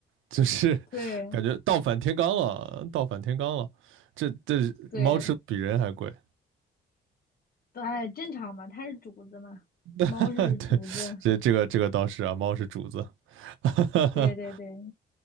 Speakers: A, on the right; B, on the left.
A: 就是
B: 对
A: 感觉倒反天罡了，倒反天罡了。这这猫吃比人还贵，
B: 对。对，哎正常嘛，它是主子嘛，
A: <laughs>
B: 猫是主子，
A: 对，这这个这个倒是啊，猫是主子，<laughs>
B: 对对对